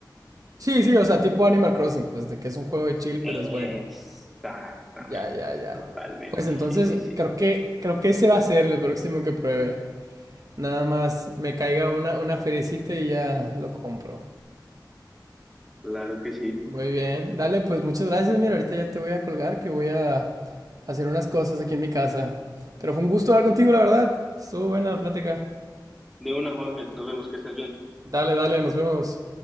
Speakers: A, on the right (about 50°); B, in the centre.
A: Sí, sí, o sea, tipo Animal Crossing, pues de que es un juego de chill,
B: Exactamente,
A: pero es bueno. Ya, ya, ya.
B: totalmente.
A: Pues entonces
B: Sí, sí, sí.
A: creo que creo que ese va a ser el próximo que pruebe. Nada más me caiga una, una feriecita y ya lo compro.
B: Claro que sí.
A: Muy bien, dale, pues muchas gracias. Mira, ahorita ya te voy a colgar que voy a hacer unas cosas aquí en mi casa. Pero fue un gusto hablar contigo, la verdad. Estuvo buena la plática.
B: De una, Jorge, nos vemos, que estés bien.
A: Dale, dale, nos vemos.